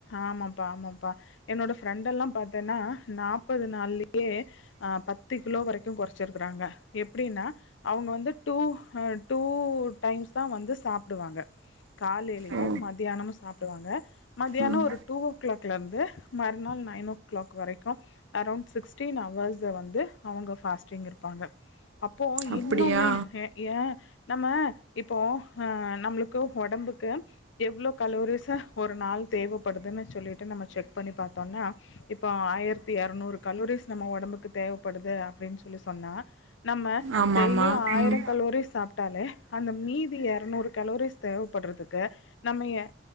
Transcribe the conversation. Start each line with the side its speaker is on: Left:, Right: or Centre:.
Left: ஆமாப்பா ஆமாப்பா என்னோடய ஃப்ரெண்டெல்லாம் பார்த்தேன்னா நாற்பது நாள்லயே பத்து கிலோ வரைக்கும் குறைச்சிருக்குறாங்க எப்படின்னா அவங்க வந்து டூ டூ டைம்ஸ் தான் வந்து சாப்பிடுவாங்க காலையிலையும்
Right: ஓ
Left: மதியானம் சாப்பிட வாங்க மத்தியானம்
Right: ம்
Left: ஒரு டூ ஓ கிளாக்ல இருந்து மறுநாள் நைன் ஓ கிளாக் வரைக்கும் அரௌண்ட் சிக்ஸ்ட்டீன் ஹவர்ஸை வந்து அவங்க ஃபாஸ்ட்டிங் இருப்பாங்க அப்போ
Right: அப்டியா
Left: இன்னுமே ஏன் நம்ம இப்போ நம்மளுக்கு உடம்புக்கு எவ்வளோ கலோரிஸ் ச ஒரு நாள் தேவைப்படுதுன்னு சொல்லிட்டு நம்ம செக் பண்ணி பார்த்தோம்னா இப்போ ஆயிரத்தி இறநூறு கல்லூரிஸ் நம்ம உடம்புக்கு தேவைப்படுது அப்படின்னு சொல்லி சொன்னா நம்ம
Right: ஆமா
Left: டெய்லியும்
Right: ஆமா
Left: ஆயிரம்
Right: ம்
Left: கல்லோரி சாப்பிட்டாலே அந்த மீதியை முன்நூறு கலோரிஸ் தேவைப்படுறதுக்கு நம்ம